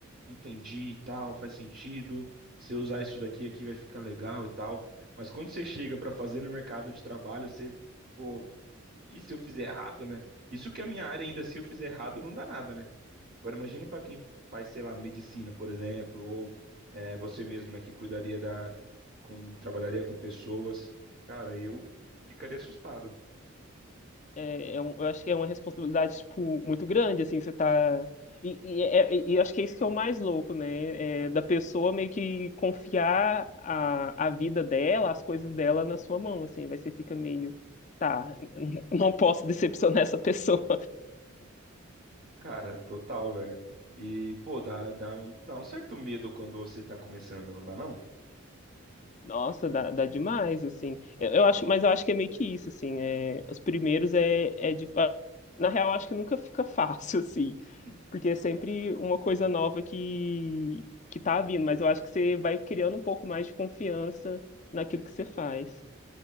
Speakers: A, on the right; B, on the left.
A: entendi e tal, faz sentido. Se eu usar isso daqui aqui vai ficar legal e tal. Mas quando você chega pra fazer no mercado de trabalho, você, pô, e se eu fizer errado, né? Isso que a minha área ainda, se eu fizer errado, não dá nada, né? Agora, imagina pra quem faz, sei lá, medicina, por exemplo, ou é, você mesmo, né, que cuidaria da, com, trabalharia com pessoas. Cara, eu ficaria assustado,
B: É, é um- eu acho que é uma responsabilidade, tipo, muito grande, assim, você tá. E, e, é- e- e acho que é isso que é o mais louco, né? É, da pessoa meio que confiar a, a vida dela, as coisas dela na sua mão, assim, vai você fica meio, tá, <laughs> não posso decepcionar essa pessoa.
A: Cara, total, velho. E, pô, dá, dá, um- dá um certo medo quando você tá começando, não dá não?
B: Nossa, dá, dá demais, assim. Eu, eu acho, mas eu acho que é meio que isso, assim, é, os primeiros é, é dif- Na real, acho que nunca fica fácil, <laughs> assim.
A: <laughs>
B: porque é sempre uma coisa nova que, que tá vindo, mas eu acho que você vai criando um pouco mais de confiança naquilo que você faz.